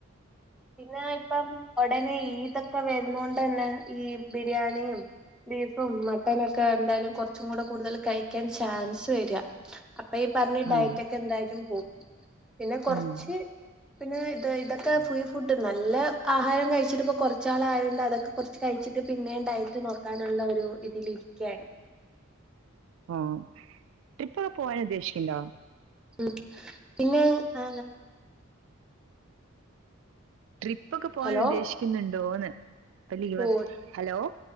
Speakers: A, in the centre; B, on the right (about 65°).
A: പിന്നെ ഇപ്പം ഒടനെ ഈദോക്കെ വരുന്നോൻ ണ്ടന്നെ ഈ ബിരിയാണിയും ബീഫും മട്ടനൊക്കെ എന്തായാലും കൊർച്ചും കൂടെ കൂടുതൽ കഴിക്കാൻ ചാൻസ് വര അപ്പൊ ഈ പറഞ്ഞ
B: ആഹ്
A: ഡയറ്റ ഒക്കെ എന്തായാലും പോവും. പിന്നെ കൊർച്ച്
B: ഉം
A: പിന്നെ ഇത് ഇതൊക്കെ പുയി ഫുഡ് നല്ല ആഹാരം കഴിച്ചിട്ട് ഇപ്പോ കൊർച് നാളായോണ്ട് അതൊക്കെ കൊർച്ച് കഴിച്ചിട്ട് പിന്നെയ ഡയറ്റ് നോക്കാനുള്ള ഒരു ഇതിലിരിക്കയാണ്
B: ആഹ ട്രിപ്പൊക്കെ പോവാന ഉദ്ദേശിക്കണ്ടോ
A: ഉം പിന്നെ ആ
B: ട്രിപ്പ് ഒക്കെ പോവാൻ
A: ഹലോ
B: ഉദ്ദേശിക്കുന്നുണ്ടോന്ന് ഇപ്പൊ ലീവ്
A: ഓ
B: ഹലോ